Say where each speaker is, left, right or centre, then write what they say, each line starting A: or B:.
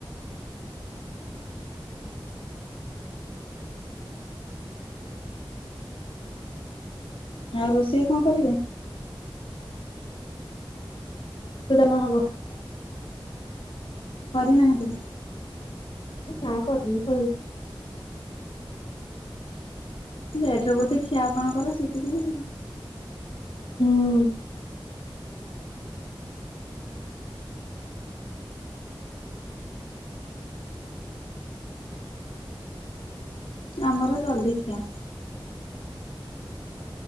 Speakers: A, on the left; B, on the left.
A: ଆଉ ରୋଷେଇ କଣ କରିବେ?
B: ୁ ଟମା ହବ <unintelligible>
A: କରିନାହାନ୍ତି।
B: ନାଁ କରନି କହି
A: ଲେଟରେ ବୋଧେ ଖିଆ ଆପଣଙ୍କର ସେଥିପାଇଁ।
B: ହୁଁ।
A: ଆମର ଜଲ୍ଦୀ ଖିଆ।